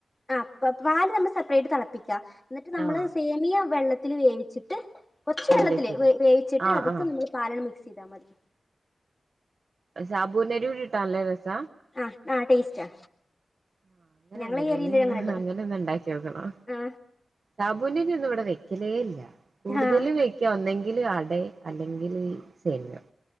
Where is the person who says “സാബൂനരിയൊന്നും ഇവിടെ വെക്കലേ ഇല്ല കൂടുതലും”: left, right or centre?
Right